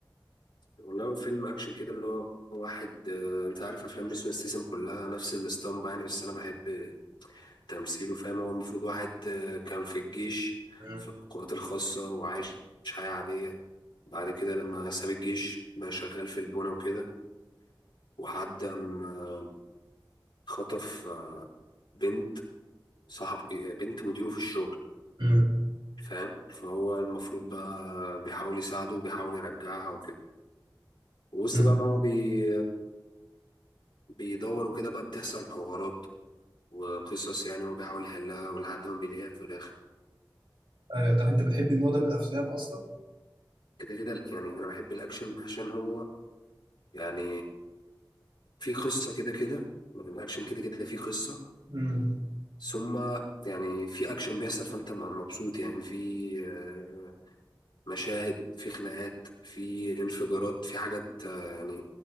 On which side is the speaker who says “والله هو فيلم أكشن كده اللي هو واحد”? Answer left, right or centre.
Left